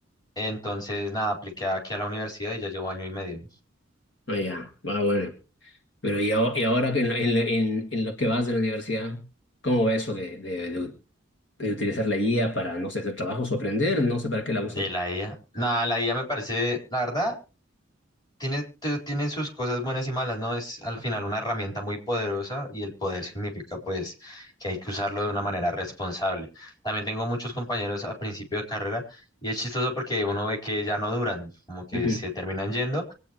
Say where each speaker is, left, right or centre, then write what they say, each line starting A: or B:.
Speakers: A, on the left; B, on the left.
A: Entonces, nada, apliqué aquí a la universidad y ya llevo año y medio
B: Ah, ya. Ah, bueno. Pero y, aho- y ahora que en, lo- en, lo en- en lo que vas de la universidad, ¿cómo va eso de, de, de, de utilizar la guía para, no sé, hacer trabajos o aprender? No sé para qué la usan.
A: de la IA. Nada, la IA me parece, la verdad, Tiene, te- tiene sus cosas buenas y malas, ¿no? Es al final una herramienta muy poderosa y el poder significa pues que hay que usarlo de una manera responsable. También tengo muchos compañeros al principio de carrera y es chistoso porque uno ve que ya no duran, como que
B: Ujú.
A: se terminan yendo